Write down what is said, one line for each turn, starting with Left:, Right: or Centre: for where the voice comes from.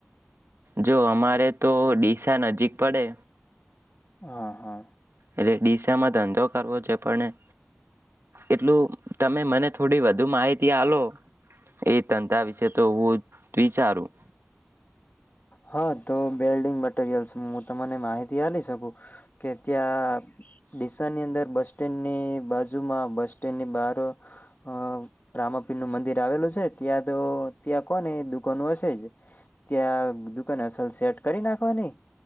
Right: જો અમારે તો ડીસા નજીક પડે
Left: હા હા
Right: એટલે ડીસામાં ધંધો કરવો છે, પણ એટલું તમે મને થોડી વધુ માહિતી આ લો એ ધંધા વિશે, તો હું વિચારું
Left: હા તો બિલ્ડીંગ મટીરયલ્સ હું તમ ને માહિતી આલી શકું કે ત્યાં ડીસા ની અંદર બસ સ્ટેન્ડ ની બાજુમાં બસ સ્ટેન્ડ ની બહાર અ રામાપીર નું મંદિર આવેલું છે ત્યાં તો ત્યાં કોને દુકાનો હશે જ ત્યાં દુકાન અસલ સેટ કરી નાખવા નહી